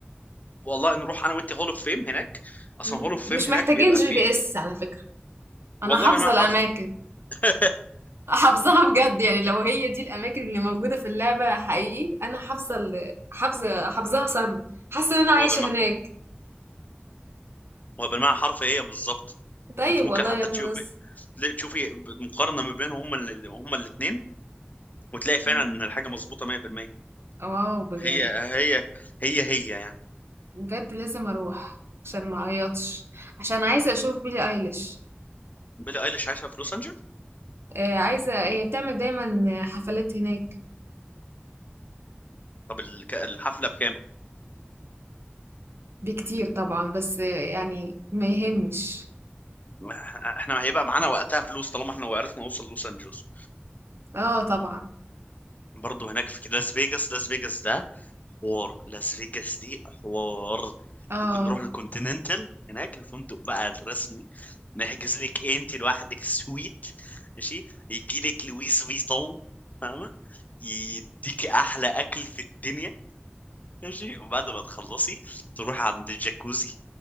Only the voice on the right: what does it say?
مم.
مش
محتاجين
جي
بي اس على فكرة انا
حافظة
الاماكن
حافظاها بجد يعني لو هي دي الاماكن اللي موجودة في اللعبة حقيقي انا حافظة ال- حافظة حافظاها صم حاسة ان انا عايشة
هناك
طيب
والله
يا
خلاص
مم.
واو بجد
بجد لازم اروح عشان ما اعيطش عشان عايزه اشوف بيلي ايليش
آه عايزه هي بتعمل دايما حفلات هناك
بكتير طبعا بس آه، يعني ما يهمش
اه طبعا
آه،